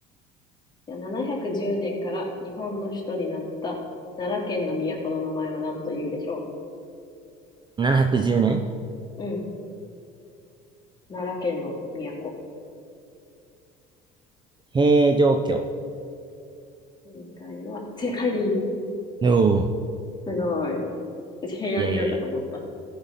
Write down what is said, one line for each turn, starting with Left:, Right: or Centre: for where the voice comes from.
Left: じゃあ710年から日本の首都になった奈良県の都の名前は何というでしょ
Right: ん ?710 年
Left: ううん。奈良県の都。
Right: 平城京。
Left: 正解は、正解
Right: おお。
Left: すごい。私平安京かと思った。
Right: いやいやいや。